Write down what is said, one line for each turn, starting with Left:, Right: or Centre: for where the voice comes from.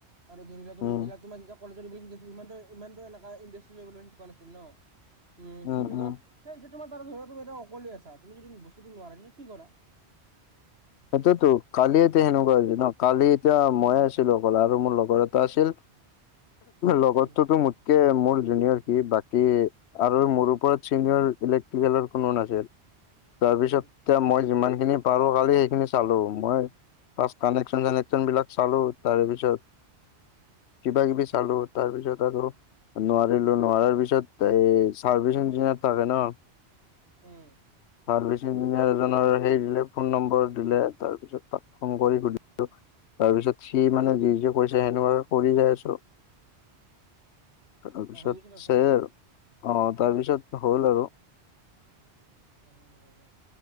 Right: আৰু ধৰি লোৱা তুমি
Left: উম
Right: তোমাৰ যেতিয়া কলেজত এইবিলাক শিকাইছিলে ইমান, ইমান এটা ইনটাষ্ট দি শিকোৱা নাছিল ন'? উম্, কি
Left: উম
Right: বুলি কয়,
Left: উম
Right: এতিয়া তোমাৰ তুমি ধৰা। তুমি এটা অকলে আছা, তুমি যদি বস্তুটো নোৱাৰা তেতিয়া কি কৰা?
Left: সেইটোতো, কালি এতিয়া সেনেকুৱা হৈছে ন' কালি এতিয়া ময়ে আছিলো অকল আৰু মোৰ লগৰ এটা আছিল। লগৰটোতো
Right: উম,
Left: মোতকে মোৰ জুনিয়ৰ কি বাকী আৰু মোৰ ওপৰত চিনিয়ৰ ইলেক্ট্ৰিকেলৰ কোনো নাছিল। তাৰ পিছত
Right: উম,
Left: এতিয়া মই যিমান খিনি পাৰো কালি খিনি চালো, মই ফাৰ্ষ্ট কানেকচন চানেকচন বিলাক চালোঁ তাৰে পিছত কিবা কিবি চালো তাৰ পিছত আৰু নোৱাৰিলো, নোৱাৰাৰ পিছত এই চাৰ্ভিচিং ইঞ্জিনিয়াৰ এটা আছে ন'
Right: উম্।
Left: চাৰ্ভিচিং ইঞ্জিনিয়াৰ এজনৰ হেৰি দিলে, ফোন নম্বৰ দিলে। তাৰ পিছত তাক ফোন কৰি সুধিলো। তাৰ পিছত সি মানে যি যি কৈছে, সেনেকুৱা কৰি যাই আছোঁ। তাৰপিছত
Right: ত' হৈ গৈছে তাৰপিছত
Left: সেয়াই আৰু। অ', তাৰপিছত হ'ল আৰু।
Right: উম্।